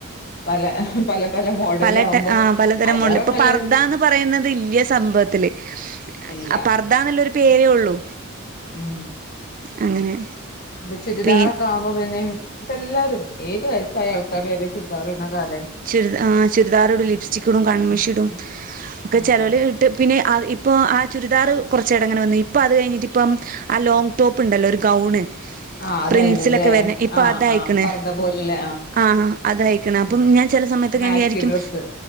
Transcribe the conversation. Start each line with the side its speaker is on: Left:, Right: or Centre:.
Left: പല പല പല മോഡലിലാവുമ്പോ
Right: പല ട്ടെ ആഹ് പലതരം
Left: അയിലേറെ
Right: മോല് ഇപ്പൊ
Left: നല്ലത്
Right: പർദന്ന് പറയുന്നത് ഇല്യ സംഭ വത്തില്.
Left: ഇല്ല
Right: അപ് പർദാന്നുള്ളരു പേരേ ഉള്ളു
Left: ഉം
Right: അങ്ങനെ
Left: അപ്പൊ ചുരിദാറൊക്കെ
Right: പി
Left: ആവുമ്പോ പിന്നേം ഇപ്പ എല്ലാരും ഏത് വയസായ ആൾക്കാര് വരെ ചുരിദാറ്ട്ന കാലാ
Right: ചുരിദ് ആഹ് ചുരിദാർ ഇടും ലിപ്സ്റ്റിക് ഇടും കണ്മഷി
Left: ഉം
Right: ഇടും
Left: ഉം
Right: ക്കെ ചേലോൽ
Left: ആഹ്
Right: ഇട്ട് പിന്നെ അവ് ഇ പ്പോ ആഹ് ചുരിദാർ കൊറച്ചടങ്ങനെ വന്നു. ഇപ്പ അത് കഴിഞ്ഞിട്ട് ഇപ്പം ആഹ് ലോങ് ടോപ്പ് ഉണ്ടല്ലോ ഒരു ഗൗണ്
Left: ആഹ് അതായിനുല്ലേ
Right: പ്രിൻസിലൊക്കെ വര്ണ ഇപ്പൊ
Left: ആഹ്
Right: അതായിക്ണ്
Left: ആഹ് പർദ്ദ പോലെല്ലേ
Right: ആഹ് അതായ്ക്ണ് അപ്പം
Left: ഉം
Right: ഞാൻ ചെല സമയത്തൊക്കെ
Left: മാക്സി
Right: ഞാൻ വിയാരിക്കും
Left: ഡ്രസ്സ്